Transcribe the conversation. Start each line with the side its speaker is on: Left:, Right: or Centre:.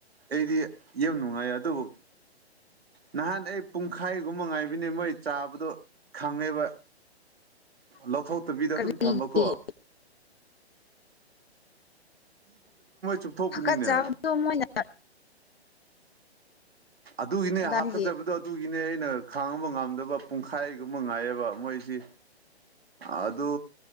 Right: ꯑꯩꯗꯤ ꯌꯥꯝ ꯅꯨꯡꯉꯥꯏ ꯑꯗꯨꯕꯨ ꯅꯍꯥꯟ ꯑꯩ ꯄꯨꯡꯈꯥꯏꯒꯨꯝꯕ ꯉꯥꯏꯕꯅꯦ ꯃꯣꯏ ꯆꯥꯕꯗꯣ ꯈꯪꯉꯤꯕ ꯂꯧꯊꯣꯛꯇꯕꯤꯗ ꯑꯗꯨꯝ
Left: ꯀꯔꯤꯒꯤ
Right: ꯊꯝꯃꯀꯣ ꯆꯨꯞꯊꯣꯛꯄꯅꯤꯅꯦ
Left: ꯍꯥꯀꯠ ꯆꯥꯕꯗꯣ ꯃꯣꯏꯅ
Right: ꯑꯗꯨꯒꯤꯅꯦ
Left: ꯗꯥꯒꯤ
Right: ꯍꯥꯀꯠꯆꯕꯗꯣ ꯑꯗꯨꯒꯤꯅꯦ ꯑꯩꯅ ꯈꯥꯡꯉꯕ ꯉꯝꯗꯕ ꯄꯨꯡꯈꯥꯏꯒꯨꯝꯕ ꯉꯥꯏꯌꯦꯕ ꯃꯣꯏꯁꯤ ꯑꯗꯨ